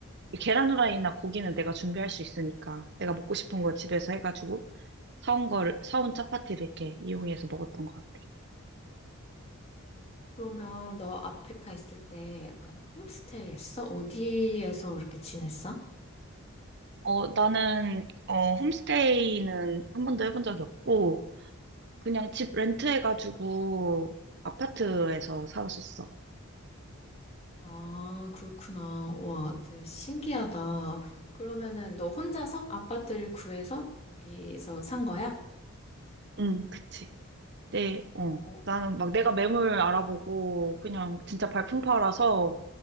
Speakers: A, on the right; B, on the left.
A: 계란 후라이나 고기는 내가 준비할 수 있으니까 내가 먹고 싶은 거 집에서 해가지고 사온 거를, 사온 차파티를 이렇게 이용해서 먹었던 것 같아.
B: 그러면 너 아프리카 있을 때 약간 홈스테이 했어? 어디에서 이렇게 지냈어?
A: 어, 나는, 어, 홈스테이는 한 번도 해본 적이 없고, 그냥 집 렌트해가지고 아파트에서 살았었어.
B: 아, 그렇구나. 와, 되게 신기하다. 그러면은 너 혼자서 아파트를 구해서 거기서 산 거야?
A: 응, 그치. 네,
B: 어,
A: 어. 나는 막 내가 매물 알아보고 그냥 진짜 발품 팔아서